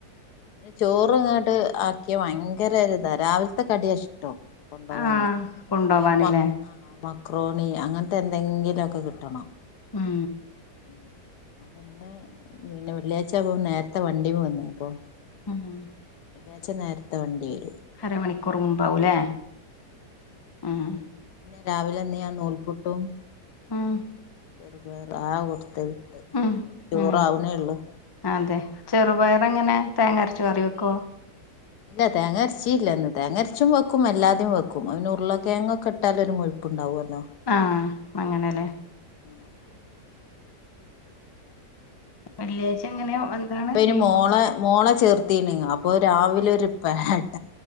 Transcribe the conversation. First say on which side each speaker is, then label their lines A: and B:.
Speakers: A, on the left (about 70°); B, on the left (about 35°).
A: ഓന് ചോറ് ഇങ്ങട് ആക്കിയാ ഭയങ്കര ഒരിതാ രാവില്ത്തെ കടിയാ ഇഷ്ടം കൊണ്ടോവാന്.
B: ആഹ് കൊണ്ടോവാന്ല്ലേ
A: അല്ലേ പിന്നെ മക് ആഹ് മക്രോണി അങ്ങൻത്തെ എന്തെങ്കിലൊക്കെ കിട്ടണം.
B: ഉം
A: ഉം അപ്പ ന്ന് പിന്നെ വെള്ളിയായ്ച്ചായപ്പം നേരത്തെ വണ്ടീം വന്ന്. അപ്പം
B: ഉം ഉം
A: വെള്ളിയാഴ്ച്ച നേരത്തെ വണ്ടി വരും
B: അര മണിക്കൂറ് മുമ്പാവുലേ. ഉം.
A: രാവിലെന്ന് ഞാൻ നൂൽ പുട്ടും
B: ആഹ്
A: ചെറുപയറും ആഹ് കൊട്ത്തെ കിട്ടാ.
B: ഉം
A: ചോറാവ്‌ണേള്ളു.
B: ഉം അതെ. ചെറുപയറെങ്ങനെ തേങ്ങ ര്ച്ചു കറിവെക്കോ?
A: ല്ല തേങ്ങര്ച്ചീല്ലന്ന്. തേങ്ങര്ച്ചും വെക്കും. എല്ലാതെം വെക്കും. അയിന് ഉർളകേങ്ങൊക്കെ ട്ടാലൊര് മുഴുപ്പ്ണ്ടാവൊല്ലോ
B: ആഹ്. അങ്ങനെലേ.
A: വെക്കും
B: വെള്ളിയാഴ്ച എങ്ങനെ വ് എന്താണ്
A: ഇപ്പൊ ഇനി
B: ബീഫൊ
A: മോളെ മോളെ ചേർത്തീണ് അപ്പൊ രാവിലൊര് പെട